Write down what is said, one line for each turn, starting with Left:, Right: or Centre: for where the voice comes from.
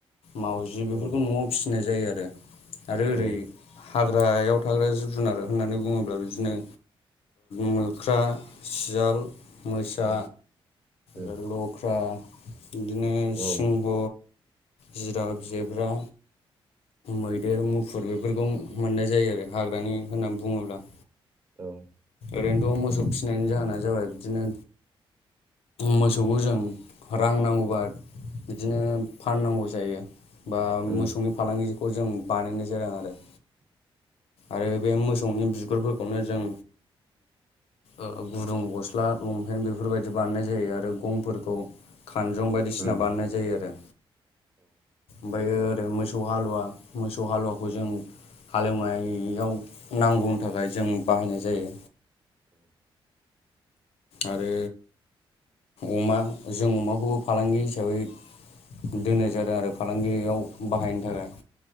Left: मावजि बेफोरखौ
Right: औ
Left: न'आव फिसिनाय जायो आरो आरो ओरै
Right: औ
Left: हाग्रायाव थाग्रा जिब जुनार होननानै बुङोब्ला बिदिनो मोख्रा सियाल मोसा
Right: उम उम
Left: लख्रा इदिनो
Right: औ
Left: सिंह जिराब जेब्रा मैदेर मुफुर बेफोरखौ मोननाय जायो आरो हाग्रानि होननानै बुङोब्ला
Right: औ
Left: ओरैनोथ' मोसौ फिसिनायनि जाहोना जाबाय बिदिनो मोसौखौ जों रां नांगौबा बिदिनो फाननांगौ जायो। बा
Right: उम
Left: मोसौनि फालांगिखौ जों बानायनाय जादों आरो। आरो बे मोसौनि बिगुरफोरखौनो जों ओ गुदुं गस्ला लंपेन्ट बेफोरबायदि बानायनाय जायो आरो गंफोरखौ खानजं बायदिसिना
Right: उम
Left: बानायनाय जायो आरो। ओमफायो ओरै मोसौ हालुवा मोसौ हालुवाखौ जों हालेवनायाव नांगौनि थाखाय जों बाहायनाय जायो। आरो अमा जों अमाखौबो फालांगि हिसाबै दोननाय जादों आरो फालांगियाव बाहायनो थाखाय